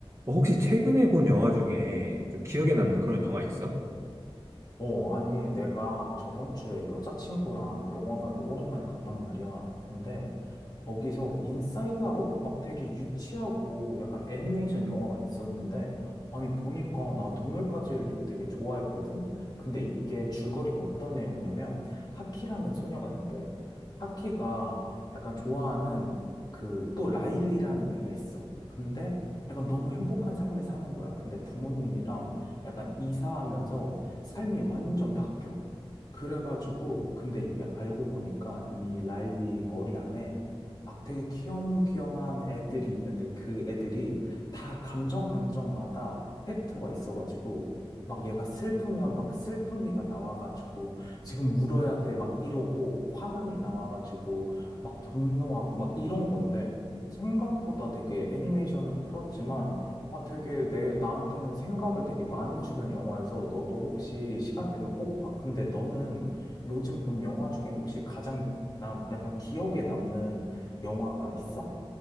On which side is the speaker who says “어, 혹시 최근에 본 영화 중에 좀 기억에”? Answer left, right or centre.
Right